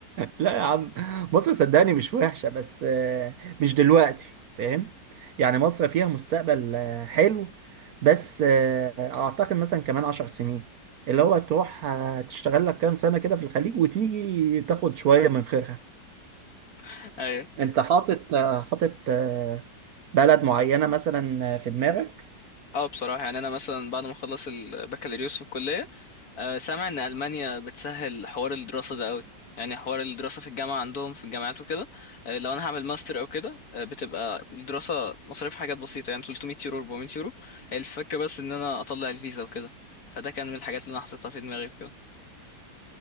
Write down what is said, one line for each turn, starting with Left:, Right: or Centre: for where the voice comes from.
Right: لا يا عم مصر صدقني مش وحشة بس آه، مش دلوقتي فاهم يعني مصر فيها مستقبل آه، حلو بس آه، أعتقد مثلا كمان عشر سنين اللي هو تروح آه، تشتغل لك كام سنة كده في الخليج وتيجي تاخد شوية من خيرها
Left: <laughs> ايوه
Right: أنت حاطط آه، حاطط آه، بلد معينة مثلا آه، في دماغك
Left: اه بصراحة يعني أنا مثلا بعد ما أخلص البكالوريوس في الكلية آه، سامع إن ألمانيا بتسهل حوار الدراسة ده أوي يعني حوار الدراسة في الجامعة عندهم في الجامعات وكده آه، لو أنا هعمل ماستر أو كده آه، بتبقى الدراسة مصاريف حاجات بسيطة يعني 300 يورو 400 يورو هي الفكرة بس إن أنا أطلع الفيزا وكده فده كان من الحاجات اللي أنا حطيتها في دماغي وكده